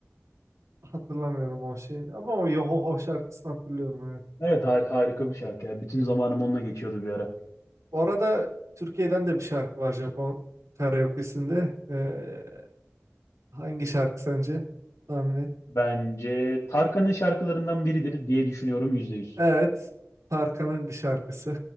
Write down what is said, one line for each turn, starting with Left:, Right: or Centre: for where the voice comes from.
Right: Hatırlamıyorum o şeyini ama o Yohoho şarkısını hatırlıyorum evet.
Left: Evet har- harika bir şarkı ya. Bütün zamanım onunla geçiyordu bir ara.
Right: Orada Türkiye'den de bir şarkı var Japon karaoke'sinde. Ee, hangi şarkı sence? Tahmin et.
Left: Bence Tarkan'ın şarkılarından biridir diye düşünüyorum yüzde yüz.
Right: Evet. Tarkan'ın bir şarkısı.